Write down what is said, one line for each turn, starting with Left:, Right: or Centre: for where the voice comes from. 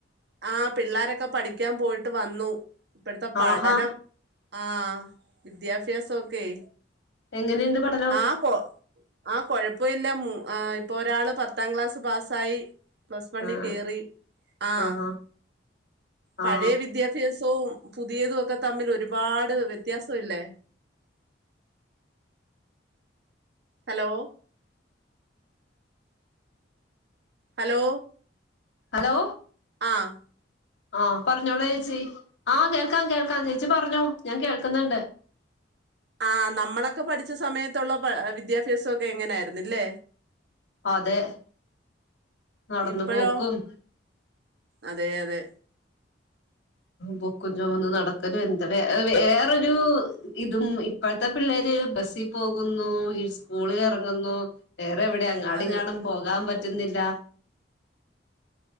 Right: ആഹ് പിള്ളാരൊക്കെ പഠിക്കാൻ പോയിട്ട് വന്നു ഇപ്പഴത്തെ പഠനം
Left: ആഹാ
Right: ആഹ് വിദ്യാഭ്യാസൊക്കെയ്
Left: എങ്ങനെണ്ട് പഠനം
Right: ആഹ് കൊ ആഹ് കൊഴപ്പമില്ല മൂ ഇപ്പൊ ഒരാള് പത്താം ക്ലാസ് പാസ്സായി പ്ലസ് വണ്ണി
Left: ആ
Right: കേറി ആഹ്
Left: ആഹാ
Right: പഴയ
Left: ആ
Right: വിദ്യാഭ്യാസവും പുതിയതും ഒക്കെ തമ്മിൽ ഒരുപാട് വ്യത്യാസം ഇല്ലേ ഹലോ ഹലോ
Left: ഹലോ
Right: ആഹ്
Left: ആഹ് പറഞ്ഞോളൂ ചേച്ചി ആഹ് കേൾക്കാം കേൾക്കാം ചേച്ചി പറഞ്ഞോ ഞാൻ കേൾക്കുന്നുണ്ട്
Right: ആഹ് നമ്മളൊക്കെ പഠിച്ച സമയത്തുള്ള പ വിദ്യാഭ്യാസൊക്കെ ഇ ങ്ങനെയായിരുന്നല്ലേ
Left: അതെ നടന്ന്
Right: ഇപ്പഴോ
Left: പോക്കും
Right: അതെ അതെ
Left: ബുക്കും ചൊമന്ന് നടക്കലും എന്താ വേ വേറൊരു ഇതും ഇപ്പഴത്തെ പിള്ളേര് ബസ്സി പോകുന്നു ഈ സ്കൂളിൽ എറങ്ങുന്നു വേറെ എവിടെ ങ്ങാടിങ്ങാടും
Right: അതെ
Left: പോകാൻ പറ്റുന്നില്ല